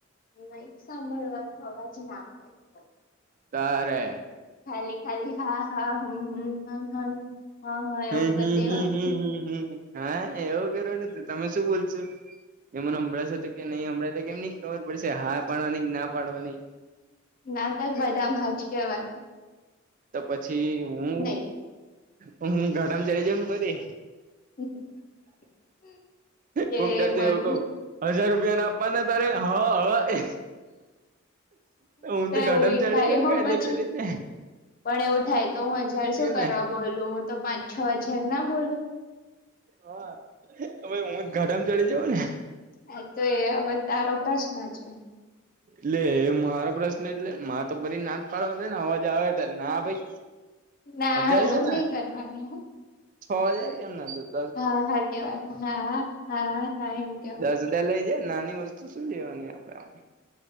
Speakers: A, on the left; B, on the right.
A: નહી સાંભળવાનો અવાજ ના આવે તો.
B: ત્યારે
A: ખાલી ખાલી હા હા હમ હમ હ હા હા એવું
B: હમ
A: કરી
B: હમ
A: દેવાનું
B: હમ હમ હમ હા એવું કરેને તો તમે શું બોલશો એ મને હમણાં હાંભડસે કે નહી હમભડાસે તે કેમ ની ખબર પડશે. હા પાડવાની કે ના પાડવાની
A: ના તાર બધા ભાચકિય વન
B: તો પછી હું,
A: નહી
B: હું ગરમ થઈ જામ ફરી.
A: <inaudible> તે
B: કોકડર તો
A: બધું
B: એવું. કઉ હજાર રૂપિયા ના આપવાના તારે હા. હું તો
A: એવું
B: ઘટમચાડી
A: થાય
B: કરે
A: હો
B: કાયદ
A: પછી
B: તરીકે
A: પણ એવું થાય તો, હું હજારસો શું કરવા
B: ને
A: બોલું હું તો પાંચ છ હજાર ના બોલું
B: હા ભાઈ હું જ ગાડામાં ચલી જઉ ને.
A: હ તો એ હવે તારો પ્રશ્ન છે.
B: એટલે મારો પ્રશ્ન એટલે, મા તો પરી ના પાડવાનો ને અવાજ આવે ના ભાઈ.
A: ના
B: હજાર
A: એવું
B: છે ને
A: નહી કરવાનું.
B: છ હજાર કેમ ના કઉ
A: હા હા કેવાનું હા હા હા એવુ
B: દસ હજાર લઈ જાય. નાની વસ્તુ શું લેવાની? આપડે આમ